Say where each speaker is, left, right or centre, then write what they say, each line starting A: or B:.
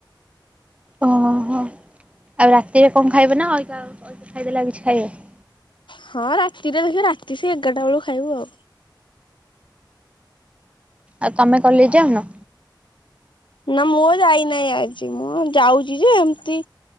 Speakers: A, on the right; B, on the left.
A: ଓହୋ। ଆଉ ରାତିରେ କଣ ଖାଇବ ନା ଏଇକା ଖାଇଦେଲେ କିଛି ଖାଇବେନି?
B: ହଁ ରାତିରେ ଦେଖିବା ରାତି ସେ ଏଗାରଟା ବେଳକୁ ଖାଇବୁ ଆଉ
A: ଆଉ ତମେ କଲେଜ୍ ଯାଉନ?
B: ନା ମୁଁ ଯାଇନାହିଁ ଆଜି ମୁଁ ଯାଉଛି ଯେ ଏମିତି